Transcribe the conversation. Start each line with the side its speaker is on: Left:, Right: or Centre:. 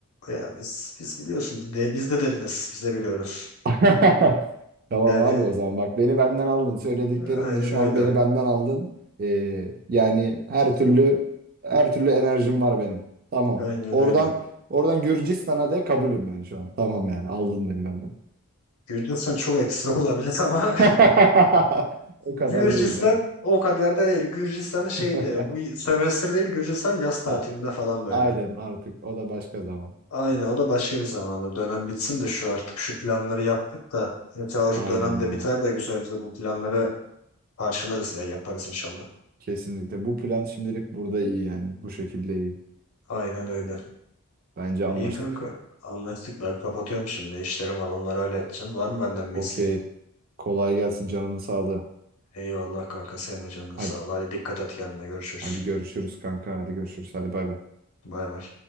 Left: ya biz biz biliyorsun biz de, biz de deriniz biz de biliyoruz.
Right: <laughs> Tamam
Left: Yani
Right: abi o zaman bak beni benden aldın söylediklerinle
Left: aynen
Right: şu
Left: öyle.
Right: an beni benden aldın. Ee, yani her türlü her türlü enerjim var benim. Tamam.
Left: Aynen
Right: Oradan
Left: öyle.
Right: oradan Gürcistan'a de kabulüm yani şu an. Tamam yani aldın beni benden.
Left: Gürcistan çok ekstra olabilir ama
Right: <laughs>
Left: <laughs>
Right: O
Left: Gürcistan
Right: kadar değil değil mi?
Left: o kadar da değil. Gürcistan'da şeydi
Right: <laughs>
Left: bu sömestr değil Gürcistan yaz tatilinde
Right: A-
Left: falan böyle.
Right: Aynen artık o da başka zaman.
Left: Aynen o da başka bir zaman Dönem bitsin de şu artık şu planları yaptık da inşallah şu
Right: Aynen
Left: dönemde
Right: ya.
Left: biter de güzelce bu planları parçalarız ya yaparız inşallah.
Right: Kesinlikle bu plan şimdilik burada iyi yani. Bu şekilde iyi.
Left: Aynen öyle.
Right: Bence anlaştık.
Left: İyi kanka. Anlaştık ben kapatıyorum şimdi. İşlerim var onları halledeceğim.
Right: O-
Left: Var mı benden bir
Right: Okey.
Left: isteğin?
Right: Kolay gelsin canının sağlığı.
Left: Eyvallah kanka senin de canına sağ
Right: Hadi,
Left: ol. Hadi dikkat et kendine görüşürüz.
Right: hadi görüşürüz kanka. Hadi görüşürüz. Hadi bay bay.
Left: Bay bay.